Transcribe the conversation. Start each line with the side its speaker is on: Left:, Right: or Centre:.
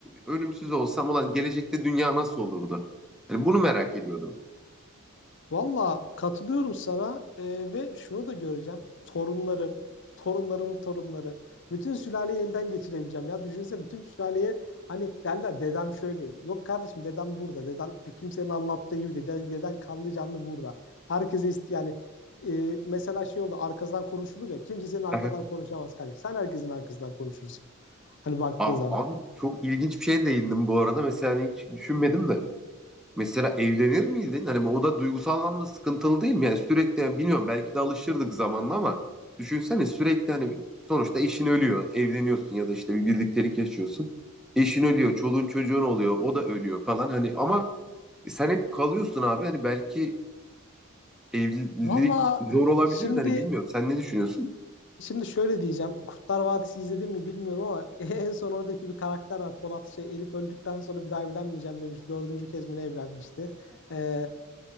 Centre: ölümsüz olsam olan gelecekte dünya nasıl olurdu? Hani bunu merak ediyordum.
Left: Valla katılıyorum sana e, ve şunu da göreceğim. Torunlarım, torunlarımın torunları. Bütün sülaleyi elden geçirebileceğim ya. Düşünsene bütün sülaleye hani derler dedem şöyle. Yok kardeşim dedem burada. Dedem kimsenin anlattığı gibi değil. Dede- Deden kanlı canlı burada. Herkese ist yani e, mesela şey oldu arkadan konuşulur ya. Kimse senin arkadan
Centre: Aha.
Left: konuşamaz kardeşim. Sen herkesin arkasından konuşursun. Hani baktığın
Centre: A-
Left: zaman.
Centre: Abi, çok ilginç bir şeye değindim bu arada. Mesela hani hiç düşünmedim de. Mesela evlenir miydin? Hani o da duygusal anlamda sıkıntılı değil mi? Yani sürekli yani bilmiyorum belki de alışırdık zamanla ama düşünsene sürekli hani sonuçta eşin ölüyor. Evleniyorsun ya da işte bir birliktelik yaşıyorsun. Eşin ölüyor, çoluğun çocuğun oluyor, o da ölüyor falan hani ama sen hep kalıyorsun abi. Hani belki evlilik
Left: Valla
Centre: zor olabilir
Left: şimdi
Centre: de hani bilmiyorum. Sen ne düşünüyorsun?
Left: Şimdi şöyle diyeceğim. Kurtlar Vadisi izledim mi bilmiyorum ama <laughs> en son oradaki bir karakter var. Polat şey Elif öldükten sonra bir daha evlenmeyeceğim demiş. Dördüncü kez mi ne evlenmişti? Ee,